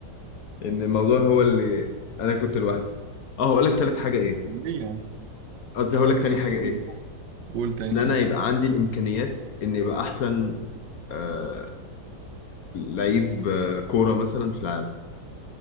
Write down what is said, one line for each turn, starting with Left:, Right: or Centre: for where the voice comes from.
Left: ان الموضوع هو اللي انا كنت لوحدي اه هقول لك تالت حاجه ايه
Right: ليه يعني
Left: قصدي هقول لك
Right: ماشي
Left: تاني حاجه ايه
Right: قول قول تاني
Left: ان انا
Right: حاجة
Left: يبقى عندي الامكانيات ان يبقى احسن آه لعيب آه كوره مثلا في العالم